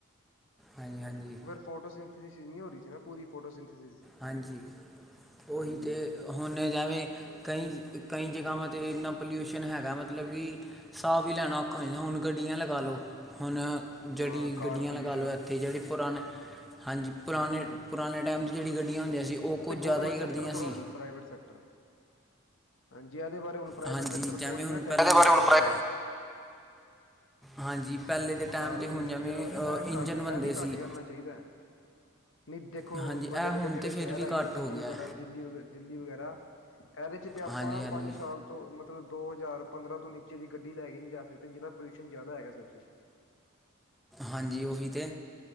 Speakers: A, in the centre; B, on the left.
A: ਹਾਂਜੀ-ਹਾਂਜੀ,
B: ਫੋਟੋ <unintelligible> ਹੋ ਰਹੀ ਸੀ ਨਾ ਪੂਰੀ ਫੋਟੋ <unintelligible>
A: ਹਾਂਜੀ ਉਹੀ
B: ਹਾਂਜੀ।
A: ਤੇ ਹੁਣ ਜਿਵੇਂ ਕਈ-ਕਈ ਜਗ੍ਹਾਵਾਂ 'ਤੇ ਇੰਨਾ ਪੋਲਿਊਸ਼ਨ ਹੈਗਾ ਮਤਲਬ ਕਿ ਸਾਹ ਵੀ ਲੈਣਾ ਔਖਾ ਹੋ ਜਾਣਾ ਹੁਣ ਗੱਡੀਆਂ ਲਗਾ ਲਓ ਹੁਣ ਜਿਹੜੀ
B: ਹਾਂ ਕਾਰ
A: ਗੱਡੀਆਂ
B: ਪੋਲਿਊਸ਼ਨ
A: ਲਗਾ ਲਓ ਇੱਥੇ ਜਿਹੜੀ ਪੁਰਾਣੇ ਹਾਂਜੀ। ਪੁਰਾਣੇ-ਪੁਰਾਣੇ ਟਾਈਮ ਚ ਜਿਹੜੀ ਗੱਡੀਆਂ ਹੁੰਦੀਆਂ ਸੀ ਉਹ ਕੁਝ
B: ਤੇ
A: ਜ਼ਿਆਦਾ
B: ਗੌਰਮੈਂਟ
A: ਹੀ
B: ਸੈਕਟਰ
A: ਕਰਦੀਆਂ
B: ਥੋੜਾ
A: ਸੀ।
B: ਪ੍ਰਾਈਵੇਟ ਸੈਕਟਰ, ਹਾਂਜੀ ਇਹਦੇ ਬਾਰੇ ਹੁਣ ਪ੍ਰਾਈਵੇਟ
A: ਹਾਂਜੀ
B: ਸੈਕਟਰ
A: ਜਿਵੇਂ
B: ਥੋੜ੍ਹੀ
A: ਹੁਣ
B: ਨਾ ਟੈਕਨੋਲੋਜੀ
A: ਪਹਿਲੇ ਦੇ
B: ਚ ਆ ਰਿਹਾ।
A: ਹਾਂਜੀ ਪਹਿਲੇ ਦੇ ਟਾਈਮ
B: ਕਾਰ
A: 'ਤੇ ਹੁਣ
B: ਪੋਲਿਊਸ਼ਨ
A: ਜਿਵੇਂ
B: ਜਿਹੜਾ ਹੋ ਰਿਹਾ ਨਾ ਇਹ
A: ਇੰਜਨ
B: ਘੱਟ ਇਹ
A: ਬਣਦੇ
B: ਵੀ
A: ਸੀ
B: ਘੱਟ ਕਰਨਾ ਚਾਹੀਦਾ। ਨਹੀਂ ਦੇਖੋ
A: ਹਾਂਜੀ
B: ਹੁਣ
A: ਇਹ
B: ਵੱਡੇ-ਵੱਡੇ
A: ਹੁਣ
B: ਜਿਹੜੇ
A: ਤੇ ਫਿਰ
B: ਸ਼ਹਿਰ
A: ਵੀ
B: ਹੈਗੇ
A: ਘੱਟ
B: ਚੰਡੀਗੜ੍ਹ
A: ਹੋ ਗਿਆ
B: ਵਗੈਰਾ, ਦਿੱਲੀ, ਦਿੱਲੀ ਵਗੈਰਾ ਇਹਦੇ ਚ ਤੇ ਆਪਾਂ
A: ਹਾਂਜੀ ਹਾਂਜੀ
B: ਪੰਜ ਸਾਲ ਤੋਂ ਮਤਲਬ ਦੋ ਹਜ਼ਾਰ ਪੰਦਰਾਂ ਤੋਂ ਨੀਚੇ ਦੀ ਗੱਡੀ ਲੈ ਕੇ ਨੀ ਜਾ ਸਕਦੇ ਜਿਹਦਾ ਪੋਲਿਊਸ਼ਨ ਜ਼ਿਆਦਾ ਹੈਗਾ <unintelligible>
A: ਹਾਂਜੀ ਉਹੀ ਤੇ।